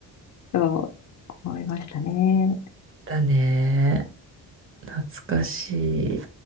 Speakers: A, on the left; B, on the right.
A: え、と思いましたね。
B: だね。懐かしい。